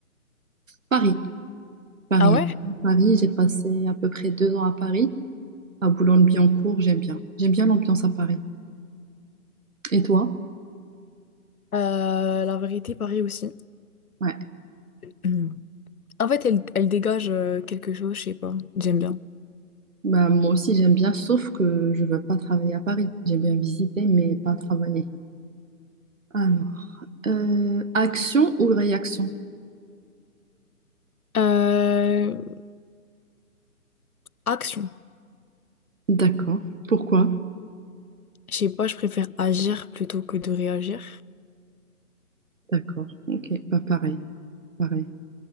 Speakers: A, on the right; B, on the left.
A: Paris, Paris,
B: Ah ouais?
A: Paris. J'ai passé à peu près deux ans à Paris. à Boulogne-Billancourt, j'aime bien. J'aime bien l'ambiance à Paris. Et toi?
B: Euh, la vérité, pareil aussi.
A: Ouais.
B: Mm. En fait, elle, elle dégage euh, quelque chose, je sais pas. J'aime bien.
A: Bah, moi aussi, j'aime bien, sauf que je veux pas travailler à Paris. J'aime bien visiter, mais pas travailler. Alors, euh, action ou réaction?
B: Euh, action.
A: D'accord. Pourquoi?
B: Je sais pas, je préfère agir plutôt que de réagir.
A: D'accord. Ok. Pas pareil. Pareil.